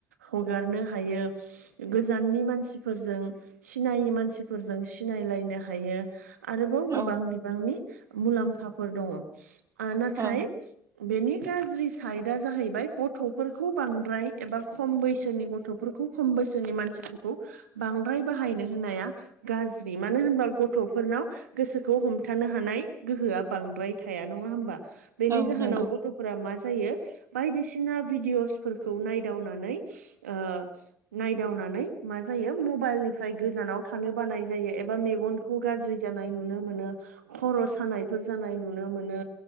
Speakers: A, on the right (about 85°); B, on the right (about 40°).
A: हगारनो हायो गोजाननि मानसि फोरजों सिनायै मानसिफोरजों सिनायलायनो हायो आरोबाव
B: औ
A: गोबां बिबांनि मुलाम्फाफोर दङ नाथाय
B: औ
A: बेनि गाज्रि साइदआ जाहैबाय गथ'फोरखौ बांद्राय एबा खम बैसोनि गथ'फोर खौ बोसोरनि मानसि बांद्राय बाहायनो होनाया गाज्रि मानो होनोबा गथ'फोरनाव गोसोखौ हमथानो हानाय गोहोआ बांद्राय थाया नङा होमबा बेनि
B: औ
A: जाहोनाव
B: नंगौ
A: गथ'फोरा मा जायो बायदिसिना भिडअसफोरखौ नायदावनानै ओ नायदावना नानै मा जायो मबाइलनि फ्राव गोजानाव थानो बानाय जायो एबा मेगनखौ गाज्रि जानाय नुनो मोनो खर सानाय जानाय नुनो मोनो